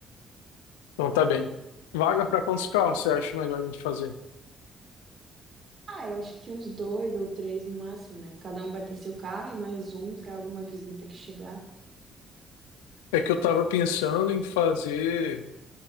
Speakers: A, on the left (about 75°); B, on the right (about 40°).
A: Então, tá bem. Vaga para quantos carros você acha melhor a gente fazer?
B: Ah, eu acho que uns dois ou três no máximo, né? Cada um vai ter seu carro e mais um para alguma visita que chegar.
A: É que eu estava pensando em fazer,